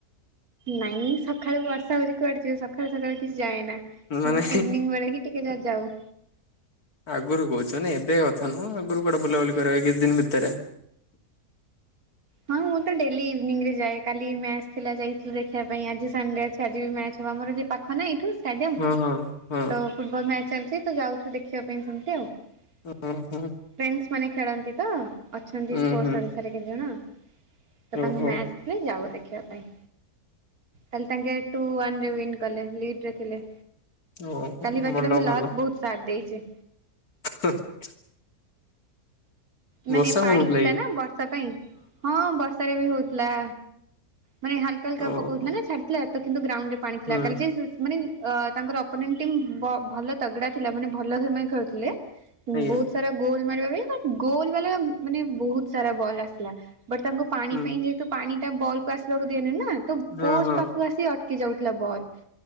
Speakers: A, on the right; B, on the left.
A: ନାଇଁ ସଖାଳୁ ବର୍ଷା ହଉଛି କୁଆଡେ ଯିବୁ ସଖାଳୁ ସକାଳୁ କିଛି ଯାଏନା।
B: ମାନେ
A: ଇଭିନିଂ ବେଳେ ହିଁ ଟିକେ ଯା ଯାଉ।
B: ଆଗରୁ କହୁଛ ନାଇ ଏବେ କଥା ନୁହଁ ଆଗରୁ କୁଆଡେ ବୁଲାବୁଲି କରିବା ଏଇ କିଛି ଦିନ ଭିତରେ
A: ହଁ ମୁଁ ତ ଡେଲି ଇଭିନିଂ ରେ ଯାଏ। କାଲି ମ୍ୟାଚ୍ ଥିଲା ଯାଇଥିଲି ଦେଖିବା ପାଇଁ। ଆଜି ସଣ୍ଡେ ଅଛି ଆଜି ବି ମ୍ୟାଚ୍ ହବ ଆମର ଯେ ପାଖ ନା ଏଇଠୁ ଷ୍ଟାଡିୟମ।
B: ହଁ ହଁ ହଁ
A: ତ ଫୁଟବଲ୍ ମ୍ୟାଚ୍ ଚାଲିଛି ତ ଯାଉଛୁ ଦେଖିବା ପାଇଁ ସେମତି ଆଉ ଫ୍ରେଣ୍ଡ୍ସ
B: ହଁ ହଁ
A: ମାନେ ଖେଳନ୍ତି ତ ଅଛନ୍ତି
B: ଉଁ
A: ସ୍ପୋର୍ଟ
B: ହୁଁ
A: ଓଡିଶାରେ କେତେ ଜଣ? ତ ତାଙ୍କୁ
B: ଓହୋ
A: ମ୍ୟାଚ୍ ଥିଲେ ଯାଉ ଦେଖିବା ପାଇଁ। କାଲି ତାଙ୍କେ ଟୁ ୱାନ୍ ରେ ୱିନ୍ କଲେ ଲିଡ୍ ରେ ଥିଲେ।
B: ଓହୋ
A: କାଲି ବାକି
B: ଭଲ
A: ତାଙ୍କୁ
B: ଭଲ।
A: ଲକ୍ ବହୁତ୍ ସାଥ୍ ଦେଇଛି।
B: <unintelligible>
A: ମାନେ
B: ବର୍ଷା
A: ପାଣି
B: ହଉନଥିଲା
A: ଥିଲା
B: କି?
A: ନା ବର୍ଷା ପାଇଁ। ହଁ ବର୍ଷାରେ ବି ହଉଥିଲା। ମାନେ ହାଲକା ହାଲକା
B: ଓହୋ
A: ପକଉଥିଲା ନା ଛାଡିଥିଲା ତ କିନ୍ତୁ ଗ୍ରାଉଣ୍ଡ ରେ ପାଣିଥିଲା
B: ହୁଁ
A: କାଲି ଯେହେତୁ ମାନେ ଅ ତାଙ୍କର ଅପୋନେଣ୍ଟ ଟିମ୍ ବ-ଭଲ ତଗଡ଼ା ଥିଲା ମାନେ ଭଲ ସେଇଥିପାଇଁ ଖେଳୁଥିଲେ
B: ଆଜ୍ଞା
A: ବହୁତ୍ ସାରା ଗୋଲ୍ ମାରିବା ପାଇଁ ଗୋଲ୍ ବାଲା ମାନେ ବହୁତ ସାରା ବଲ୍ ଆସିଥିଲା। ବଟ୍ ତାଙ୍କୁ ପାଣି
B: ହୁଁ
A: ପାଇଁ ଯେହେତୁ ପାଣି ଟା ବଲ୍ କୁ ଆସିବାକୁ ଦିଏନି ନା ତ
B: ହଁ
A: ପୋଷ୍ଟ୍
B: ହଁ
A: ପାଖକୁ ଆସି ଅଟକି ଯାଉଥିଲା ବଲ୍